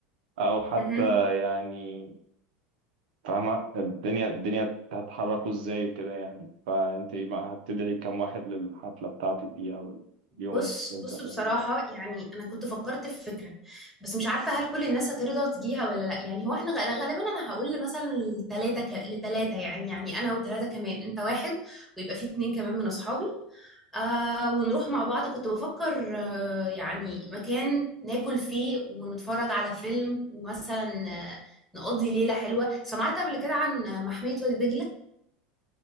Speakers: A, on the right; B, in the centre.
A: او حتى
B: مهم.
A: يعني فاهمة الدنيا الدنيا هتحركوا ازاي وكده يعني فانت بقى هتدعي كام واحد للحفلة بتاعتك دي او اليوم
B: بص
A: اللي انت
B: بص
A: هتعمليه
B: بصراحة
A: ده
B: يعني أنا كنت فكرت في فكرة بس مش عارفة هل كل الناس هترضى تجيها ولا لأ يعني هو احنا غ- غالبا أنا هقول مثلا لتلاتة ك... لتلاتة يعني يعني أنا وتلاتة كمان أنت واحد ويبقى في اتنين كمان من أصحابي آه ونروح مع بعض كنت بفكر آه يعني مكان ناكل فيه ونتفرج على فيلم ومثلا آه، نقضي ليلة حلوة سمعت قبل كده عن محمية وادي دجلة؟